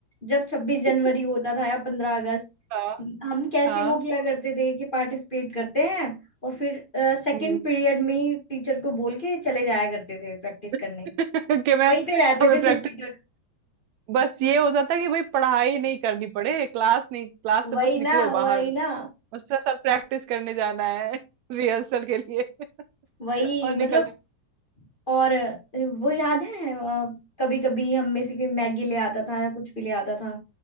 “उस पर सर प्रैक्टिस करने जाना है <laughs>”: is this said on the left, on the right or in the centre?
Right